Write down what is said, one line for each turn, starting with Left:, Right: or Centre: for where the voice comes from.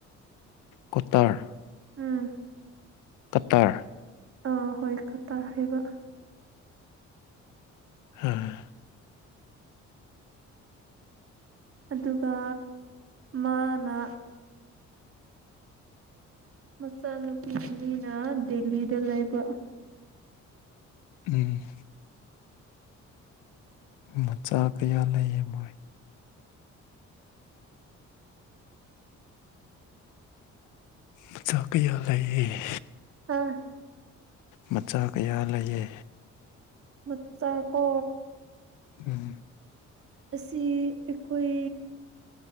Left: ꯀꯣꯠꯇꯔ
Right: ꯎꯝ
Left: ꯀꯠꯇꯔ
Right: ꯑꯥ ꯍꯣꯏ ꯀꯇꯥꯔ ꯍꯥꯏꯕ
Left: ꯍꯍꯥ
Right: ꯑꯗꯨꯒ ꯃꯥꯅ ꯃꯆꯥꯅꯨꯄꯤ ꯃꯤꯅ ꯗꯦꯜꯂꯤꯗ ꯂꯩꯕ
Left: ꯎꯝ ꯃꯆꯥ ꯀꯌꯥ ꯂꯩꯌꯦ ꯃꯣꯏ ꯃꯆꯥꯥꯀꯤꯌꯥ ꯂꯩꯌꯦ
Right: ꯑꯥ
Left: ꯃꯆꯥ ꯀꯌꯥ ꯂꯩꯌꯦ
Right: ꯃꯆꯥ ꯀꯣ
Left: ꯎꯝ
Right: ꯑꯁꯤ ꯑꯩꯈꯣꯏ